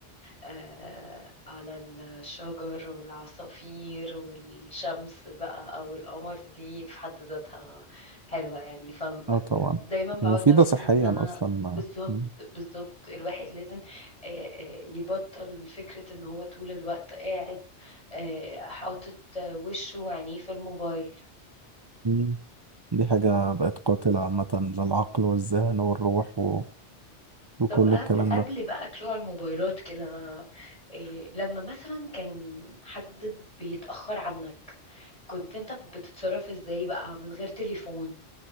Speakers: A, on the left (about 30°); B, on the right (about 30°).
A: آه على الشجر والعصافير والشمس بقى او القمر دي في حد ذاتها حلوة يعني فدايما
B: اه طبعا
A: بعود
B: ومفيده
A: نفسي
B: صحيا
A: ان انا
B: اصلا
A: بالظبط
B: مم.
A: بالظبط الواحد لازم آه، آه، يبطل فكرة ان هو طول الوقت قاعد آه، حاطط وشه وعينيه في الموبايل
B: مم. دي حاجه بقت قاتله عامه للعقل والذهن والروح و... وكل
A: طب قبل
B: الكلام
A: قبل
B: ده
A: بقى طلوع الموبايلات كده إيه لما مثلا كان حد بيتأخر عنك كنت انت بتتصرف ازاي بقى من غير تليفون